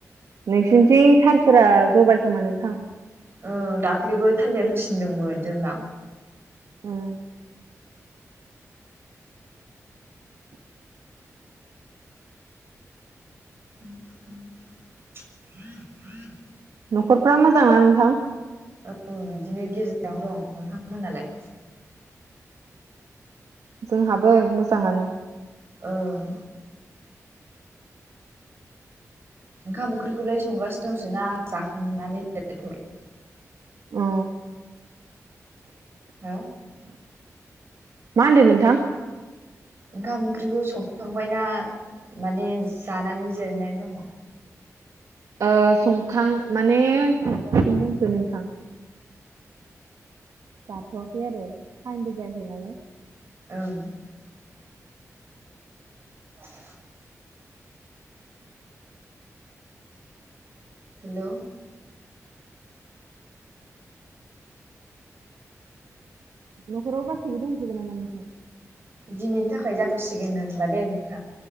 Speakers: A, on the right; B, on the right.
A: नोंसिनिथिं थारफोरा जबाय खोमा नोंथां।
B: ओ दाख्लैबो थालेर होसिनदोंमोन जोंनाव।
A: उम।
B: <unintelligible>
A: न'खरफ्रा मोजां ना नोंथां।
B: औ बिदिनो गेजेरावनो दं नोंथांमोनालाय।
A: जोंहाबो मोजाङानो।
B: ओम। ओंखाम ओंख्रिखौलाय संगासिनो दंसै ना जाखांनानै दिरायथ'बाय।
A: औ।
B: हो।
A: मा होनदों नोंथां।
B: ओंखाम ओंख्रिखौ संखांबायना माने जानानै जिरायनानै दङ।
A: ओ संखां माने संगासिनो दंसो नोंथां। जाथ'आाखै आरो थाइमबो जायाखै नालाय।
B: ओं। <unintelligible> हेलौ।
A: न'खराव गासिबो दं। <unintelligible>
B: दिनैनि थाखाय जाथ'सिगोन होनबा दे नोंथां।